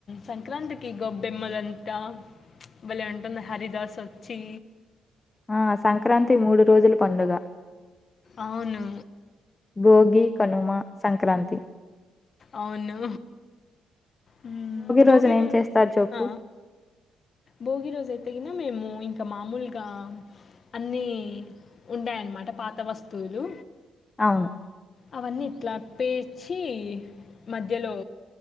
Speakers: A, on the left (about 45°); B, on the left (about 20°).
A: సంక్రాంతికి గబ్బెమ్మలంటా బలే ఉంటది హరిదాస్ వచ్చి
B: ఆ సంక్రాంతి మూడు రోజుల పండుగ
A: అవును
B: బోగి, కనుమ, సంక్రాంతి
A: అవును ఉమ్ భోగి
B: రోజున ఏం
A: రోజు
B: చేస్తారు చెప్పు?
A: హా భోగి రోజు అయితే గిన మేము ఇంకా మామూలుగా అన్ని ఉంటాయి అన్నమాట పా వస్తువులు
B: అవును.
A: అవన్నీ ఇట్లా పేర్చి మధ్యలో